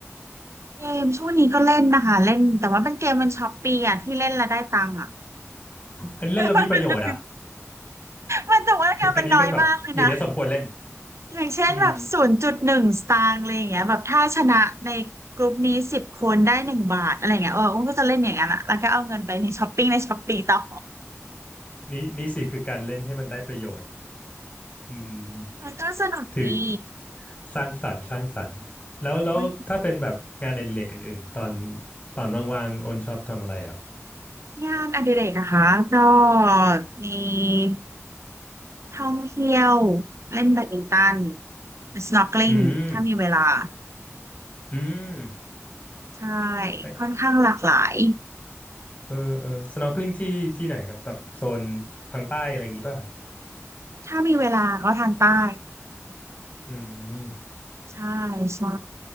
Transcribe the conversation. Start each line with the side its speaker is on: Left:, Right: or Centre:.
Right: เกมช่วงนี้ก็เล่นนะคะเล่นแต่ว่าเป็นเกมมันช้อปปี้อ่ะที่เล่นแล้วได้ตังค์อ่ะ
Left: อันนเล่นเรามีประโยชน์อ่ะ
Right: <laughs> มันแต่ว่างานมันน้อยมากเลยนะ
Left: อันนี้เป็นแบบอย่างเงี้ยสมควรเล่น
Right: อย่างเช่นแบบศูนย์จุดหนึ่งสตางค์อะไรอย่างเงี้ยแบบถ้าชนะในกลุ่มนี้สิบคนได้หนึ่งบาทอะไรอย่างเงี้ยเอออุ้มก็จะเล่นอย่างนั้นอะแล้วก็เอาเงินไปในช้อปปิ้งในช้อปปี้ต่อ
Left: อืมนี่นี่สิคือการเล่นให้มันได้ประโยชน์ อืม
Right: มันก็สนุกดี
Left: ถือสร้างสรรค์สร้างสรรค์แล้วแล้วถ้าเป็นแบบงานอดิเรกอื่นๆตอน
Right: เว้ย
Left: ตอนว่างๆโอนชอบทำอะไรครับ
Right: งานอดิเรกนะคะก็มีท่องเที่ยวเล่นแบดมินตัน snorkeling
Left: อืม
Right: ถ้ามีเวลา
Left: อืม
Right: ใช่
Left: ไป
Right: ค่อนข้างหลากหลาย
Left: เออเออ snorkeling ที่ที่ไหนครับแบบโซนทางใต้อะไรอย่างงี้ป่ะ
Right: ถ้ามีเวลาก็ทางใต้
Left: อืม
Right: ใช่ใช่